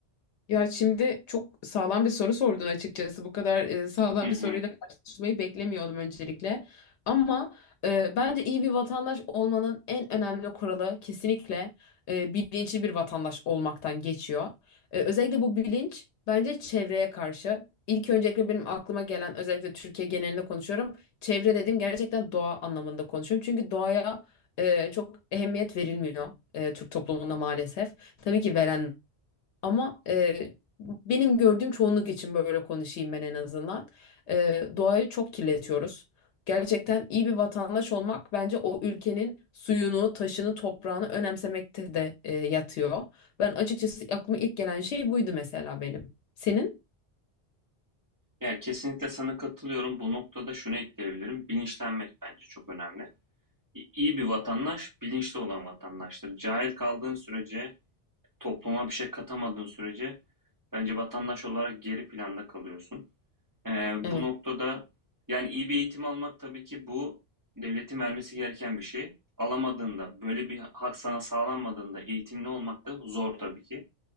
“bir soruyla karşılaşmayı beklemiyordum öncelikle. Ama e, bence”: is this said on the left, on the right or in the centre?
Left